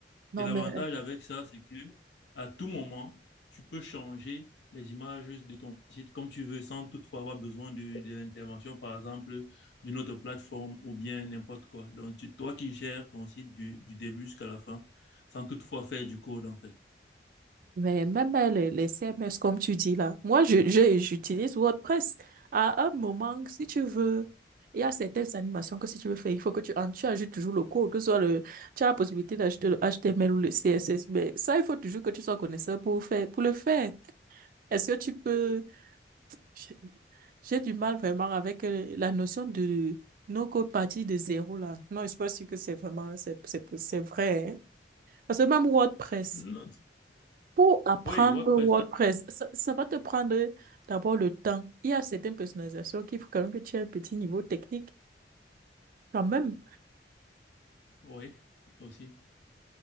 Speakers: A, on the right; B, on the left.
A: Non,
B: Et l'avantage
A: mais
B: avec ça, c'est que à tout moment, tu peux changer les images de ton site comme tu veux, sans toutefois avoir besoin de, de l'intervention, par exemple, d'une autre plateforme ou bien n'importe quoi. Donc, tu- toi qui gères ton site du, du début jusqu'à la fin, sans toutefois faire du code, en fait.
A: Mais même euh, les, les CMS, comme tu dis là, moi, je, je- j'utilise WordPress. À un moment, si tu veux, il y a certaines animations que si tu veux faire, il faut que tu, en- tu ajoutes toujours le code, que ce soit le, tu as la possibilité d'ajouter le HTML ou le CSS, mais ça, il faut toujours que tu sois connaisseur pour faire, pour le faire. Est-ce que tu peux, j'ai j'ai du mal vraiment avec euh, la notion de no-code partie de zéro là. Non, je suis pas sûre que c'est vraiment, c'est, c'est, c'est vrai. hein. Parce que même WordPress,
B: Non.
A: pour apprendre
B: Oui, WordPress
A: WordPress,
B: aussi.
A: ça, ça va te prendre d'abord le temps. Il y a certaines personnalisations qu'il faut quand même que tu aies un petit niveau technique quand même.
B: Oui, aussi.